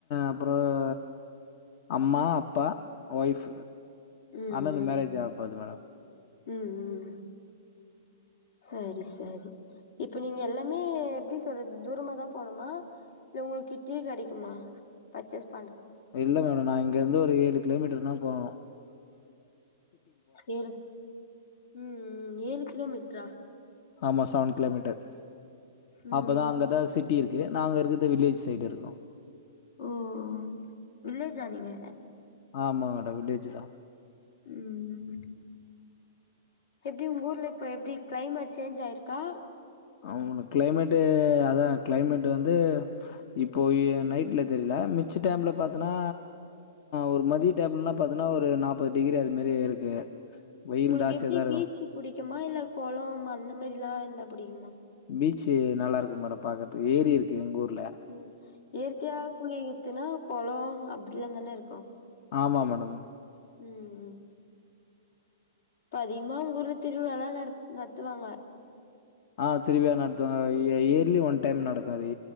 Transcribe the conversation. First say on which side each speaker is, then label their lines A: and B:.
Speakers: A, on the left; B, on the left.
A: அப்புறம் அம்மா அப்பா ஒய்ஃப்
B: ம்
A: அண்ணனுக்கு மேரேஜ்
B: ம்
A: ஆக போது மேடம்
B: ம் ம் சரி சரி இப்ப நீங்க எல்லாமே எப்படி சொல்றது தூரமா தான் போணுமா இல்ல உங்க கிட்டயே கிடைக்குமா பர்ச்சஸ்
A: இல்ல மேடம் நா இங்க இருந்து ஒரு ஏழு கிலோமீட்டர்னா போவே
B: உம் உம் ஏழு கிலோமீட்டரா
A: ஆமா சவன் கிலோமீட்டர்
B: ம்
A: அப்பதா அங்கதா சிட்டி இருக்கு நாங்க இருக்கது வில்லேஜ் சைடு இருக்கோம்
B: ஓ ஓ வில்லேஜா நீங்க
A: ஆமா மேடம் வில்லேஜ் தா
B: உம் எப்படி உங்க ஊர்ல இப்ப எப்படி கிளைமட் சேஞ்சு ஆயிருக்கா
A: ஆமா மேடம் கிளைமட்டு அதா கிளைமட்டு வந்து இப்ப நைட்ல தெரியல மிச்ச டைம்ல பார்த்தனா ஒரு மதிய டைம்ல பார்த்தனா ஒரு நாற்பது டிகிரி அது மாரி இருக்கு வெயில்
B: உங்களுக்கு
A: ஜாஸ்தியா
B: எப்படி
A: தா இருக்கு
B: பீச்சு பிடிக்குமா இல்ல குளம் அந்த மாதிரி எல்லாம் இருந்த புடியும்
A: பீச்சு நல்லா இருக்கு மேடம் பார்க்கறத்துக்கு ஏரி இருக்கு எங்க ஊர்
B: உம் இயற்கையா குழி இருக்குன்னா குளம் அப்படிலாம் தானே இருக்கும்
A: ஆமா மேடம்
B: உம்உம் இப்ப அதிகமா உங்க ஊர்ள திருவிழாம் நட நடத்துவாங்க
A: ஆஹ் திருபியா நடத்துவாங்க இயர்லி ஒன் டைம் நடக்கும்ாது